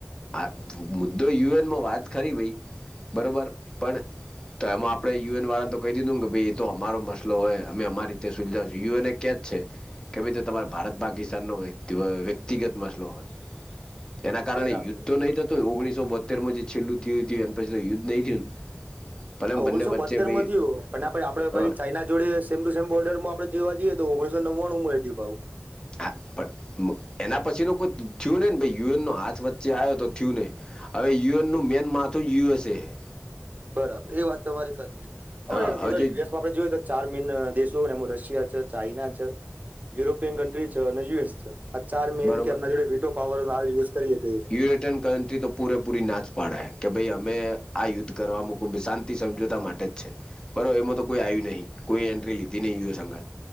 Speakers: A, on the left (about 20°); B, on the right (about 35°).
A: હા મુદ્દો યુએનમાં વાત ખરી ભાઈ બરોબર પણ તો એમાં આપડણે યુએન વાળાને તો કહી દીધું કે ભાઈ એ તો અમારો મસલો હોય અમે અમારી રીતે સુલજાવશું યુએ કે છે કે ભાઈ તમારે ભારત પાકિસ્તાન ન વ્યક્તિગત મસલો હોય એના કારણે
B: બરાબર
A: યુદ્ધ તો નઈંતુંને ઓગણીસો બોતેરમાં જે છેલ્ું થયું એ પછી યુદ્ધ નઈ થયું ભલે એમ
B: ઓગણીસો
A: બંને વચ્ચે
B: બોતેર
A: ભાઈ
B: માંયું પણ આપે આપેછી
A: હ
B: ચાઈના જોડે સેમ ટુ સેમ બોર્ડર માં આપણે જોવા જઈએ તો ઓગણીસો નવ્વાણું મળીયું ભઉ
A: હા પણ એના પછી ન કોઈ થયું નહીિ ને ભ યુ એન નો હાથ વચ્ચે આવ્યો તો થયું નહીિ હવે યુ એન નું મેન માથું યુ એસ એ હે
B: બરાબર એ વાત તમારી સાથે આપ
A: હા
B: યુએસમાં
A: હવે જે
B: આપણે જોય તો ચાર મેન દેશો એમ રશિયા છે ચાાઈના છે યુરોપિયન કન્ટ્રી છે અને યુએસ છે આ ચાર મેઇન
A: બરોબર
B: કે એમના જોડે વિટો પાવર ન હાલ યુઝ કરીએ કઈ ર
A: યરોપયન કન્ટ્રી તો પૂરેપૂરી નાચ પાડાય કે ભાઈ અમે આ યુદ્ધ કરવાવામાં ખબ શાંતિ સમજોતા માટે જ છે બરો એમાં તો કોઈ આવ્યું નહીિ કોઈ એન્ટ્રી લીધી યંગ